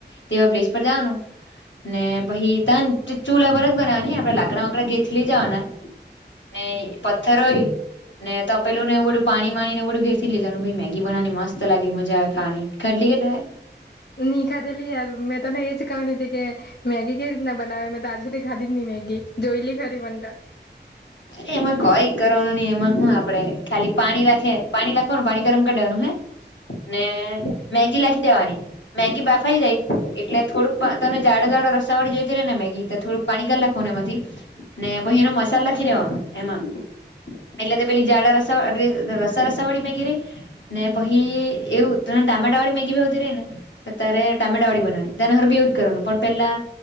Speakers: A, on the left; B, on the left.
A: તેવા પ્લેસ પર જવાનું ને પછી ત ચૂલા પર જ બનાવાની આપડે લાકડા વાકડા ઘે થી લઈ જવાના ને પથ્થર હોય ને તો પેલું ને એવું બધું પાણી માણી ને બધું ઘેરથી લેવાનું ભ મેગી બનાવાની મત લાગે મજા ખવાની ખાલી અ કેટ <unintelligible>
B: નિ ખાતેેલી મ મેં તને એજ ક હતી કે મ મેગી કે ના બનાાવે મે તો આજ સુી ખાઢી નિ મેગી જોયલી ખરી પણતા
A: અ એમાં કોઈ કરવાનું નહી એમાં શું આપડે ખાલી પાણી રાખે પાણીખ કોનું પાણી ગરમ કરી દેવાનું હે ને મેગી લખી દેવાની મેગી બાફાઈ જાય એટલે થોડુંક તને જાડો જાાડો રસા વાળી જોઈતી ર રહે ને થોડુંક પાણી ગ લખવાને એમાંથી ને પછી એનો મસાલો નાખી દેવાનો એમાં એટલે તો પેલી જાડા રસા રસા રસા વાળી ગી રહી ને પછી એવું ત ટામેટા વાળી મેગી ભી હોતી ર ને ત્યારે ટામેટા વાળી બનાવા તનેર બી યુ કરવાનું પણ પેલા